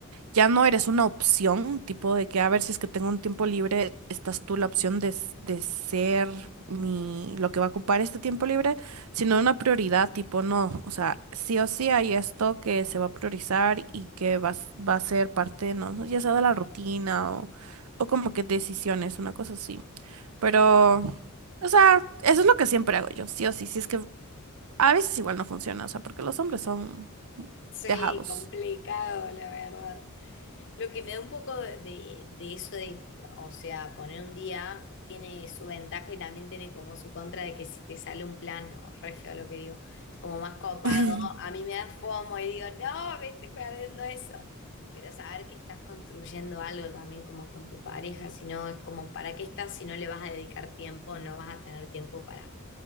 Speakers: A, on the right; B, on the left.
A: ya no eres una opción, tipo de que a ver si es que tengo un tiempo libre, estás tú la opción de, s- de ser mi, lo que va a ocupar este tiempo libre, sino una prioridad, tipo no, o sea, sí o sí hay esto que se va a priorizar y que va, a s- va a ser parte, no, ya sea de la rutina o, o como que decisiones, una cosa así. Pero, o sea, eso es lo que siempre hago yo, sí o sí, si es que a veces igual no funciona, o sea, porque los hombres son
B: Sí,
A: dejados.
B: complicado, la verdad. Lo que me da un poco de, de eso de, o sea, poner un día tiene su ventaja y también tiene como su contra de que si te sale un plan, o re feo lo que digo, como más copado,
A: <laughs>
B: a mí me da FOMO y digo, no, me estoy perdiendo eso. Pero saber que estás construyendo algo también como con tu pareja, si no, es como, ¿para qué estás si no le vas a dedicar tiempo, no vas a tener tiempo para